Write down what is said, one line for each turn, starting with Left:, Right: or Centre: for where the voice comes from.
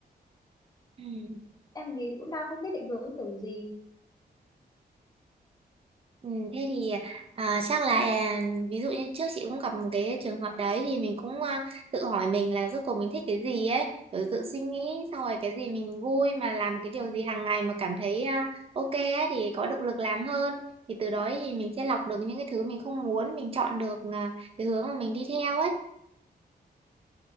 Right: ừ.
Left: em gì thì cũng đang không biết định hướng kiểu gì
Right: Ừ, thế thì à, chắc là à, ví dụ như trước chị cũng gặp một cái trường hợp đấy thì mình cũng à, tự hỏi mình là rốt cuộc mình thích cái gì ấy rồi tự suy nghĩ xong rồi cái gì mình vui mà làm cái điều gì hàng ngày mà cảm thấy à, ok ấy, thì có động lực làm hơn thì từ đó thì mình sẽ lọc được những cái thứ mình không muốn mình chọn được à, cái hướng mà mình đi theo ấy